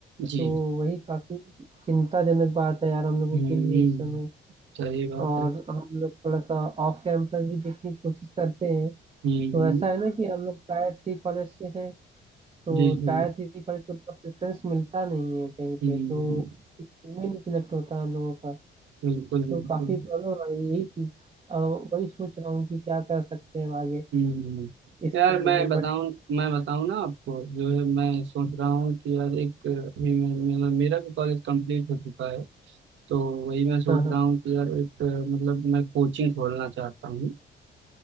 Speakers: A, on the right; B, on the right.
A: जी
B: तो वही काफी चिंताजनक बात है यार हम
A: हम्म
B: लोगों के लिए
A: हम्म।
B: इस समय
A: सही बात
B: और
A: है
B: हम लोग थोड़ा सा ऑफ कैंपस भी देखने की कोशिश करते हैं
A: हम्म
B: तो ऐसा
A: हम्म,
B: है ना कि हम लोग टायर थ्री कॉलेज से हैं तो
A: जी जी
B: टायर थ्री पर इसको उतना प्रेफरेंस मिलता नहीं है कहीं
A: हम्म
B: पे तो
A: हम्म।
B: इसमें नहीं सिलेक्ट होता है हम लोगों का
A: बिल्कुल बिल्कुल
B: तो काफी प्रॉब्लम आ रही है यही चीज अब वही सोच रहा हूँ कि क्या कर सकते हैं अब आगे
A: हम्म,
B: इस
A: यार
B: फील्ड
A: मैं
B: में
A: बताऊं
B: बट
A: मैं बताऊं ना आपको जो है मैं सोच रहा हूँ कि यार एक अभी मैं, मेरा मेरा भी कॉलेज कंप्लीट हो चुका है तो वही मैं सोच
B: हाँ हाँ
A: रहा हूँ कि यार एक मतलब मैं कोचिंग खोलना चाहता हूँ